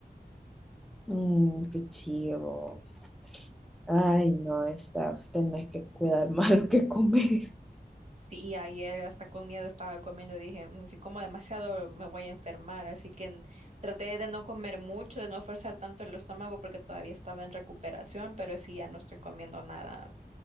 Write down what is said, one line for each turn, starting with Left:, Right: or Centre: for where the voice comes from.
Centre: Mm, qué chido. Ay, no, Steph, tenés que cuidar <laughs> más lo que comes.
Right: Sí, y ayer hasta con miedo estaba comiendo, dije, "Mm, si como demasiado me voy a enfermar, así que n- traté de no comer mucho, de no forzar tanto el estómago porque todavía estaba en recuperación, pero sí ya no estoy comiendo nada.